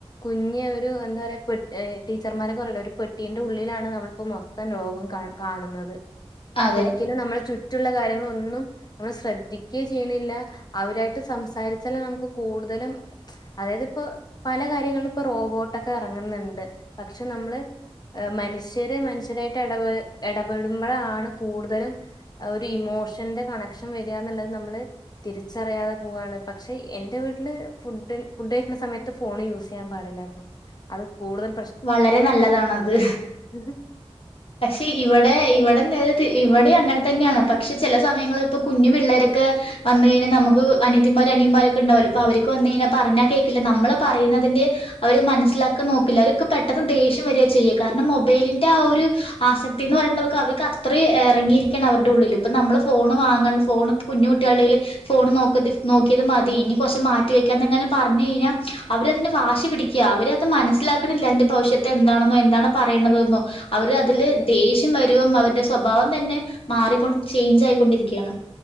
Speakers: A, on the left (about 40°); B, on the left (about 60°).
A: കുഞ്ഞ് ഒരു എന്താ പറയാ പെ ടീച്ചർമാറൊക്കെ പറയുലെ ഒരു പെട്ടീന്റെ ഉള്ളിലാണ് നമ്മളിപ്പോ മൊത്തം ലോകവും കാണുന്നത്
B: അതെ
A: ഒരിക്കലും നമ്മൾ ചുറ്റുള്ള കാര്യങ്ങൾ ഒന്നും നമ്മൾ ശ്രദ്ധിക്കുകേ ചെയ്യണില്ല അവരായിട്ട് സംസാരിച്ചാല നമുക്ക് കൂടുതലും അതായത് ഇപ്പോ പല കാര്യങ്ങളില ഇപ്പൊ റോബോട്ടൊക്കെ ഇറങ്ങുന്നുണ്ട് പക്ഷെ നമ്മള് മനുഷ്യര് മനുഷ്യരായിട്ട് ഇടപ ഇടപെടുമ്പോഴാണ് കൂടുതലും ഒരു ഇമോഷന്റെ കണക്ഷൻ വരിക എന്നുള്ളത് നമ്മള് തിരിച്ചറിയാതെ പോവുവാണ് പക്ഷെ എന്റെ വീട്ടില് ഫുഡ ഫുഡ് കഴിക്കുന്ന സമയത്ത് ഫോണ് യൂസ് ചെയ്യാൻ പാടില്ല കേട്ടോ അത് കൂടുതൽ
B: വളരെ നല്ലതാണത്
A: ഉ
B: പക്ഷെ ഇവിടെ ഇവിടെ നേരെ ഇവിടെയും അങ്ങനെ തന്നെയാണ് പക്ഷെ ചില സമയങ്ങളിൽ ഇപ്പ കുഞ്ഞു പിള്ളേരൊക്കെ വന്നു കഴിഞ്ഞാ നമുക്ക് അനനിത്തിന്മാര് അനിയന്മാരൊക്കെ ഉണ്ടാവോലോ അപ്പ അവര്ക്ക വന്ന കഴിഞ്ഞാൽ പറഞ്ഞാ കേൾക്കില്ല നമ്മള് പറയുന്നതിന്റെ അവര് മനസ്സിലാക്കാൻ നോക്കില്ല അവർക്ക് പെട്ടെന്ന് ദേഷ്യം വരിക ചെയ്യുക കാരണം മൊബൈലിന്റെ ആ ഒരു ആസക്തി എന്ന് പറയുന്ന അവർക്ക് അവർക്ക് അത്രയും ഇറങ്ങിയിരിക്കണം അവരുടെ ഉള്ളിൽ ഇപ്പ നമ്മള് ഫോണ് വാങ്ങണം ഫോണ് കുഞ്ഞുട്ടികളയില് ഫോൺ നോക്കതി നോക്കിയത് മതി ഇനി കൊറച്ച് മാറ്റി വെക്കാന്ന് എങ്ങാനും പറഞ്ഞ് കഴിഞ്ഞാ അവര് അതിന് വാശി പിടി ക്ക അവര് അത് മനസ്സിലാക്കണില്ല അതിന്റെ ഭവിഷ്യത്ത് എന്താണെന്നോ എന്താണ് പറയണത് എന്നോ അവര് അതില്
A: സത്യം
B: ദേഷ്യം വരും അവരുടെ സ്വഭാവം തന്നെ മാറിക്കൊണ്ട് ചേഞ്ച് ആയിക്കൊണ്ടിരിക്കുകയാണ്